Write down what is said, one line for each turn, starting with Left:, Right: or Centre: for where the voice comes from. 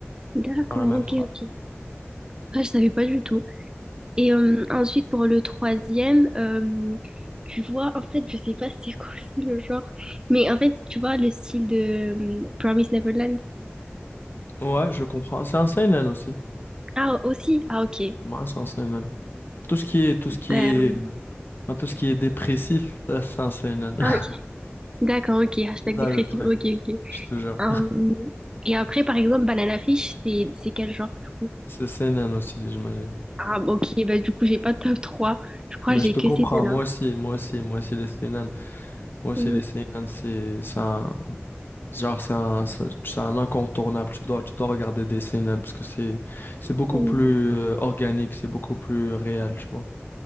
Right: D'accord,
Left: dans la même
Right: ok,
Left: phrase.
Right: ok. Ah, je savais pas du tout. Et euh, ensuite, pour le troisième, euh, tu vois, en fait, je sais pas <laughs> c'est quoi aussi le genre, mais en fait, tu vois, le style de euh, Promise Neverland.
Left: Ouais, je comprends. C'est un seinen aussi.
Right: Ah, aussi? Ah, ok.
Left: Ouais, c'est un seinen. Tout ce qui est, tout ce qui
Right: Ben,
Left: est,
Right: euh,
Left: enfin, tout ce qui est dépressif, <laughs> ça, c'est un seinen. <laughs>
Right: ah, ok. D'accord, ok. Hashtag
Left: C'est ça
Right: dépressif.
Left: le truc,
Right: Ok, ok.
Left: je te jure.
Right: Euh, et après, par exemple, Banana Fish, c'est c'est quel genre, du coup?
Left: C'est seinen aussi, j'imagine.
Right: Ah, bah, ok. Ben, du coup, j'ai pas de top trois Je crois
Left: Mais
Right: que j'ai
Left: je te
Right: que
Left: comprends,
Right: ces deux-là.
Left: moi aussi, moi aussi, moi aussi les seinen. Moi aussi
Right: Oui,
Left: les seinen, c'est c'est un, genre, c'est un, c'est c'est un incontournable. Tu dois, tu dois regarder des seinen parce que c'est, c'est beaucoup
Right: oui,
Left: plus euh, organique, c'est beaucoup plus réel, tu vois.